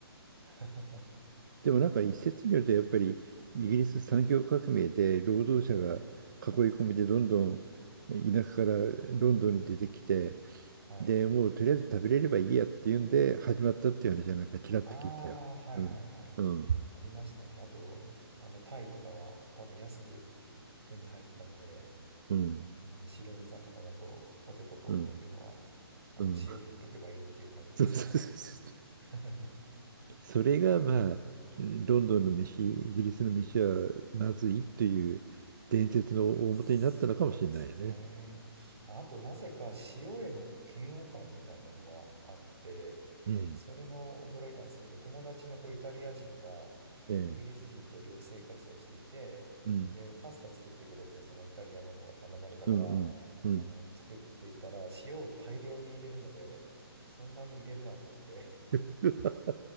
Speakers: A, on the right; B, on the right.
A: <laughs>
B: でもなんか一説によるとやっぱりイギリス産業革命で労働者が囲い込みでどんどん田舎からロンドンに出てきて
A: ええ、はい。
B: でもうとりあえず食べれればいいやっていうんで始まったっていう話はなんかちらっと聞いたよ。
A: ああ、はいはいはい。
B: うんうん
A: ありましたね。あと、あの、タイとかは多分安く手に入ったので、
B: うん
A: その白身魚とポテトとっていうのは、
B: うん
A: あと塩振っとけばいいっていう感じですからね。
B: うん。<laughs> そうそうそうそう。
A: <laughs>
B: それがまあロンドンの飯イギリスの飯はまずいという伝説の大元になったのかもしれないね。
A: そうですね。あと、なぜか塩への嫌悪感みたいなのがあって、
B: うん
A: それも驚いたんですけど、友達の子イタリア人がイギリス人と寮生活をしていて、
B: ええ、うん、
A: で、パスタ作ってくれって、そのイタリアの子が頼まれたから、
B: うん、うん、うん。
A: あの、作っていたら、塩を大量に入れるので、そんなに入れるなって言って、<laughs> あ
B: <laughs>